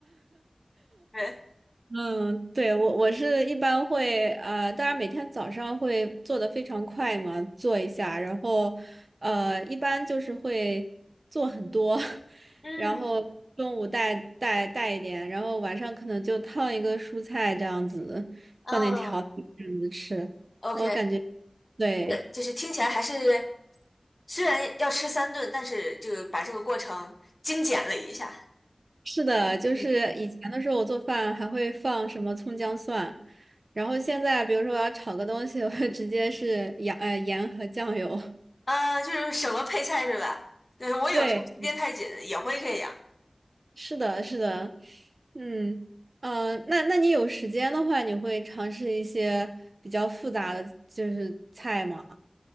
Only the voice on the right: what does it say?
嗯，对，我我是一般会呃，当然每天早上会做的非常快嘛，做一下，然后呃，一般就是会做很多，<laughs>
然后中午带带带一点，然后晚上可能就烫一个蔬菜这样子，
放点调料这样子吃，
我感觉对，
是的，就是以前的时候我做饭还会放什么葱姜蒜，
然后现在比如说我要炒个东西，我会直接是 <laughs> 盐呃盐和酱油。
对，是的，是的，嗯，呃，那那你有时间的话，你会尝试一些比较复杂的就是菜吗？